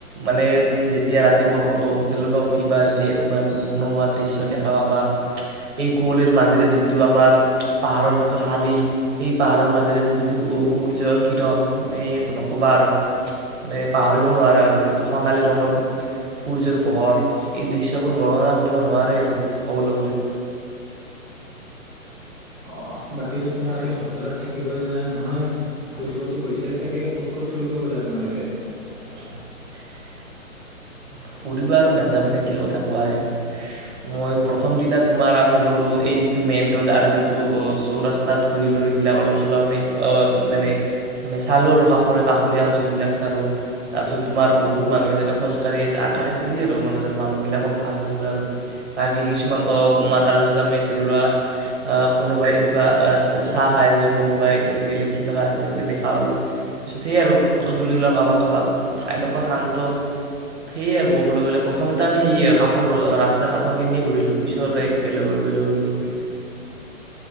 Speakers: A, on the right; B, in the centre.
A: মানে তুমি যেতিয়া ৰাতিপুৱা হ-হোটেলৰ পৰা উঠিবা যি এনেকুৱা মনোমোহা দৃশ্য দেখা পাবা। সেই কুঁৱলীৰ মাজেৰে যিটো আমাৰ পাহাৰৰ যিটো শাৰী। সেই পাহাৰৰ মাজেৰে যিটো সূৰ্যৰ কিৰণ মানে নক'বা আৰু। মানে পাহৰিব নোৱাৰা আৰু যিটো সোণালী ৰঙৰ সূৰ্যৰ পোহৰ এই দৃশ্যবোৰ বৰ্ণনা কৰিব নোৱাৰে আৰু ক'বলৈ গ'লে।
B: অ বাকীতো তোমালোকে হোটেলত থাকিবই যোৱা নহয়। ফুৰিবতো গৈছাই চাগে ক'ত, ক'ত ফুৰিব গ'লা তোমালোকে।
A: <inaudible> ফুৰিব আৰু নেযাম নে কি কথা কোৱাহে। মই প্ৰথম দিনা তোমাৰ আমি গ'লো এই যিটো মেইন ৰোড আৰু যিটো অ' চৌ ৰাস্তাত। ঘুৰি লৈ এইবিলাক অলপ চলপ আমি মানে। মানে চালোঁ আৰু কাষৰে কাষৰীয়া অঞ্চলবিলাক চালোঁ তাৰপিছত তোমাৰ বহুত মানুহে যেনে খোজ <unintelligible> মানুহ বিলাকো ভাল এনেকুৱা আৰু। <unintelligible> কিছুমান অ' মাতাল পিছত আমি ধৰি লোৱা। আহ কোনোবাই এনেকুৱা চাহ খাই আছে কোনোবাই বেলেগ কিবা খাই আছে সেনেকে দেখা পালোঁ। <unintelligible> পিছত সেই আৰু ফটো তুলিলোঁ কাবাক, কাবাক ঠাইডোখৰ শান্ত। সেই আৰু ক'বলৈ গ'লে প্ৰথমতে আমি সেই কাষৰ ৰাস্তাৰ কাষৰখিনিয়ে ঘূৰিলোঁ পিছত এই বেলেগৰ বেলেগলৈ গ'লো।